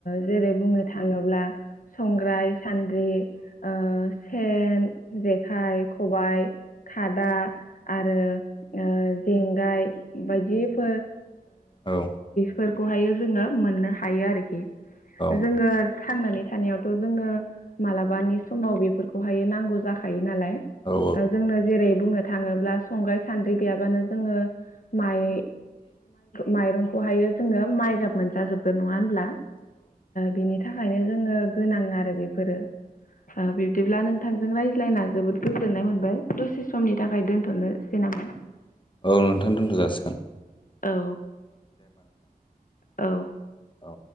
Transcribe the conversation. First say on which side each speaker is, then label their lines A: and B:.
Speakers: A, on the left (about 60°); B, on the left (about 30°).
A: जेरै बुंनो थाङोब्ला संग्राय सान्द्रि ओ सेन जेखाइ खबाइ खादा आरो ओ जेंगाय बायदिफोर
B: औ
A: फोरखौहायो जोङो मोननो हायो आरोखि
B: औ
A: जोङो थांनानै थानायावथ' जोंनो मालाबानि समाव बेफोरखौहाय नांगौ जाखायो नालाय
B: औ
A: जोंनो जेरै बुंनो थाङोब्ला संग्राय सानद्रि गैयाब्लानो जोङो माइ माइरंखौ हायो जोङो माइगाब मोनजाजोबगोन नङा होनब्ला बिनि थाखायनो जोंनो गोनां आरो बेफोरो बिब्दिब्ला नोंथांजों रायज्लायना जोबोद गोजोननाय मोनबाय दसे समनि थाखाय दोनथ'नो सै नामा?
B: औ नोंथां दोनथ' जाासिगोन
A: औ। औ
B: औ